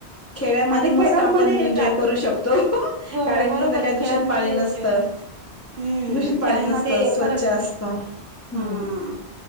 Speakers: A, on the left; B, on the right.
A: खेड्यामध्ये
B: आता
A: मस्त
B: खेळांमध्ये
A: आपण एन्जॉय
B: जातात
A: करू शकतो ह्
B: हो
A: कारण
B: बरोबर
A: की तिथं काही
B: आहे
A: दूषित
B: खेळांमध्ये
A: पाणी नसतं,
B: एन्जॉय हम्म
A: दूषित पाणी
B: खेळांमध्ये
A: नसतं स्वच्छ
B: खरंच
A: असतं, हम्म
B: हा